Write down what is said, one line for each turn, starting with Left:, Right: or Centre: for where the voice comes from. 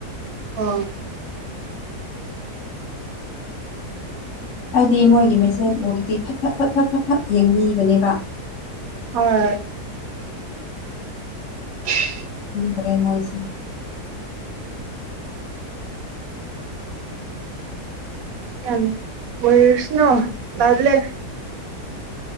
Right: ꯑꯥ
Left: ꯍꯥꯏꯗꯤ ꯃꯣꯏꯒꯤ ꯃꯦꯁꯦꯁꯄꯨꯗꯗꯤ ꯐꯠ ꯐꯠ ꯐꯠ ꯐꯠ ꯐꯠ ꯐꯠ ꯌꯦꯡꯕꯤꯕꯅꯦꯕ
Right: ꯑꯥ <unintelligible>
Left: ꯗꯦ ꯃꯣꯏꯁꯦ
Right: ꯌꯥꯝ ꯑꯣꯏꯣꯏꯁꯅꯣ ꯇꯂꯦ